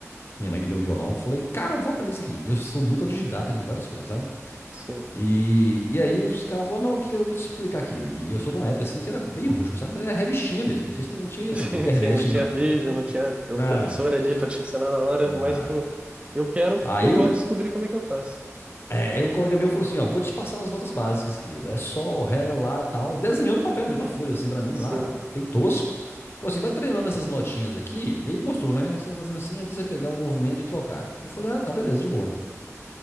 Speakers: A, on the left; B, on the right.
A: Minha mãe me deu um violão, eu falei, cara, eu vou aprender isso aqui. E Eu sou muito autodidata de várias coisas, sabe?
B: Sim. <laughs>
A: E, e aí os caras falaram, não, aqui eu vou te explicar aqui. E eu sou de uma época assim que era bem rústico, sabe? Era revistinha mesmo, não tinha, não tinha
B: Sim,
A: internet,
B: sim, não tinha
A: <laughs> não.
B: vídeo, não tinha o
A: Não,
B: professor ali pra te ensinar na hora,
A: não.
B: mas, tipo, eu quero,
A: Aí
B: eu vou
A: um,
B: descobrir como é que eu faço.
A: é, um colega meu falou assim, ó, vou te passar as notas básicas aqui. É sol, ré, lá, tal. Desenhou no papel mesmo, uma folha assim pra mim
B: Sim.
A: lá, bem tosco. Falou assim, vai treinando essas notinhas aqui. E aí mostrou, né? Você vai fazendo assim até você pegar o movimento de trocar. Eu falei, ah, tá, beleza, de boa.